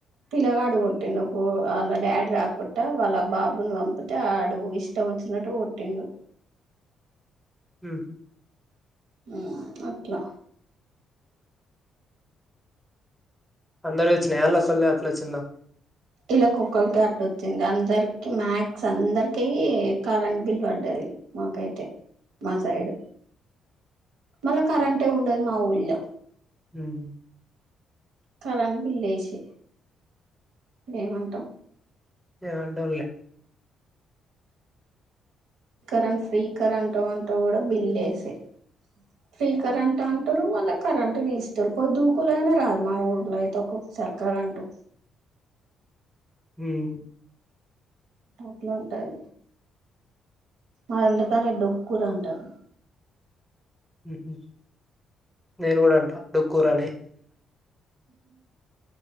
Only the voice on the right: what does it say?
పిల్లగాడు కొట్టిండు వాళ్ళ డాడీ రాకూడా వాళ్ళ బాబుని పంపితే ఆడు ఇష్టం వచ్చినట్టు కొట్టిండు
మ్మ్ అట్లా
ఇలాకొకళ్ళకే అట్ వచ్చింది అందరికి మ్యాక్స్ అందరికి కరెంట్ బిల్ పడ్డది మాకైతే మా సైడు మళ కరంట్ ఏ ఉండదు మా ఊళ్ళో
కరెంట్ బిల్ వేసి ఏమంటాం
కరెంట్ ఫ్రీ కరెంటో అంటో కూడా బిల్ వేసే ఫ్రీ కరెంట్ అంటారు మళ్ళా కరెంట్ తీస్తారు పొద్దుగూకలు అయినా రాదు మా ఊర్లో అయితే ఒకోక సరి కరెంటు
అట్లు ఉంటది మరి అందుకనే డొక్కూరు అంటారు